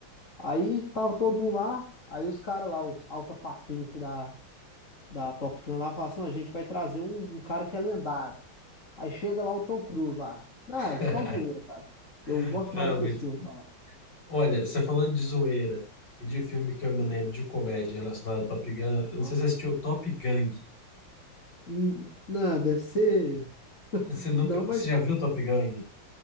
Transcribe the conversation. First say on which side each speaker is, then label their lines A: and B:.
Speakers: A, on the left; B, on the left.
A: Aí tava todo mundo lá, aí os caras lá, os alta patente da da Top Gun lá, fala assim, não, a gente vai trazer um, um cara que é lendário. Aí chega lá o Tom Cruise lá. Ah,
B: <laughs>
A: é só zoeira, cara. Eu gosto
B: Ah,
A: mais do
B: muito
A: que esse filme,
B: bom.
A: cara.
B: Olha, você falando de zoeira e de filme que eu me lembro de comédia relacionado ao Top Gun, eu
A: Aham.
B: não sei se você assistiu Top Gang.
A: Hum, Não, deve ser.
B: Você nunca,
A: Não, mas.
B: você já viu Top Gun?